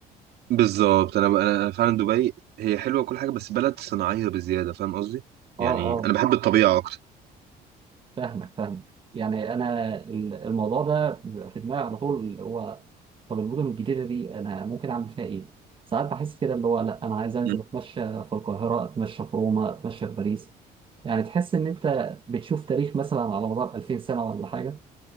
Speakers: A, on the right; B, on the right.
A: بالظبط انا انا فعلا دبي هي حلوه وكل حاجه بس بلد صناعيه بزياده فاهم قصدي
B: اه
A: يعني
B: آه.
A: انا بحب الطبيعه اكتر
B: فاهمك فاهمك يعني انا ال- الموضوع ده بيبقى في دماغي على طول اللي هو طب المدن الجديده دي انا ممكن اعمل فيها ايه؟ ساعات بحس كده اللي هو لا انا عايز انزل
A: مم.
B: اتمشى في القاهره اتمشى في روما اتمشى في باريس يعني تحس ان انت بتشوف تاريخ مثلا على مدار 2000 سنه ولا حاجه